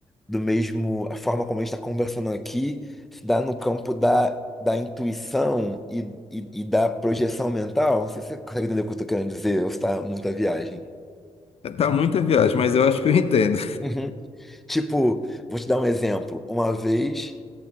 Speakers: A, in the centre; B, on the left.
A: do mesmo a forma como a gente está conversando aqui, se dá no campo da Da intuição e, e, e da projeção mental. Não sei se você consegue entender o que eu estou querendo dizer, ou se está muita viagem.
B: Tá muita viagem, mas eu acho que eu entendo.
A: Uhum. Tipo, vou te dar um exemplo. Uma vez.